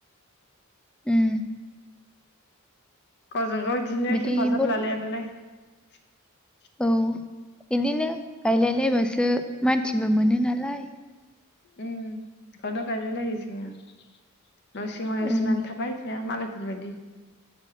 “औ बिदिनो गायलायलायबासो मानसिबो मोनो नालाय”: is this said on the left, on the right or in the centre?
Centre